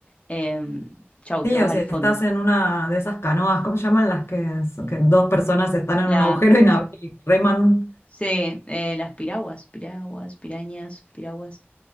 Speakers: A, on the left (about 30°); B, on the left (about 75°).
A: eh, chau,
B: Sí,
A: te vas
B: o si
A: al
B: estás
A: fondo.
B: en una de esas canoas, ¿cómo se llaman las que, son- que dos personas están en
A: Las,
B: un agujero y, nav- y reman?
A: sí, eh, las piraguas, piraguas, pirañas, piraguas,